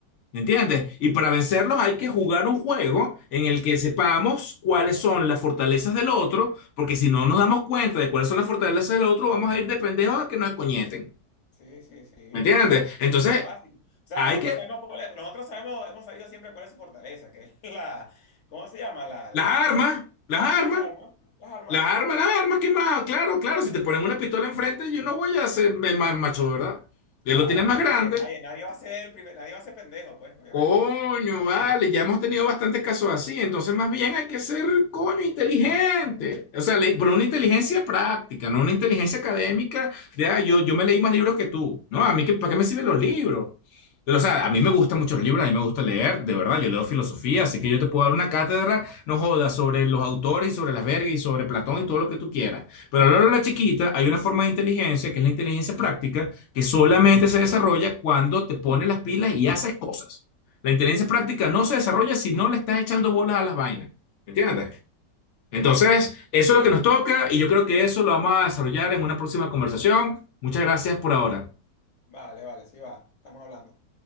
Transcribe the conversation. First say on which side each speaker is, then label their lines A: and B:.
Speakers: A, on the left; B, on the left.
A: ¿me entiendes? Y para vencerlos hay que jugar un juego en el que sepamos cuáles son las fortalezas del otro, porque si no nos damos cuenta de cuáles son las fortalezas del otro, vamos a ir de pendejos a que nos escoñeten,
B: Sí, sí, sí. Eh,
A: ¿me entiendes? Entonces,
B: eso es básico. O sea,
A: hay
B: nosotros
A: que...
B: sabemos cuál es- nosotros sabemos, hemos sabido siempre cuál es su fortaleza, que es la, ¿cómo se llama? La,
A: Las
B: la,
A: armas,
B: la,
A: las armas.
B: las armas, las armas.
A: Las armas,
B: O sea,
A: las armas, ¿qué más? Claro, claro, si te ponen una pistola enfrente, yo no voy a ser el más macho, ¿verdad? Él
B: Claro,
A: lo tiene más
B: nadie,
A: grande.
B: nadie, nadie va a ser el primer, nadie va a ser pendejo, pues, obviamente.
A: Coño, vale, ya hemos tenido bastantes casos así, entonces más bien hay que ser, coño, inteligente. O sea, le-
B: <laughs>
A: pero una inteligencia práctica, no una inteligencia académica de, ah, yo, yo me leí más libros que tú. No, a mí, ¿qué- ¿para qué me sirven los libros? Pero, o sea, a mí me gustan mucho los libros, a mí me gusta leer, de verdad, yo leo filosofía, así que yo te puedo dar una cátedra, no jodas, sobre los autores y sobre las vergas y sobre Platón y todo lo que tú quieras. Pero a lo largo de la chiquita hay una forma de inteligencia, que es la inteligencia práctica, que solamente se desarrolla cuando te pones las pilas y haces cosas. La inteligencia
B: Sí,
A: práctica no se desarrolla si no le estás echando bolas a las vainas. ¿Me ¿Entiendes? Entonces,
B: bueno,
A: eso es lo que nos toca y yo creo que eso lo vamos a desarrollar en una próxima conversación. Muchas gracias por ahora.
B: vale, vale, sí va, estamos hablando.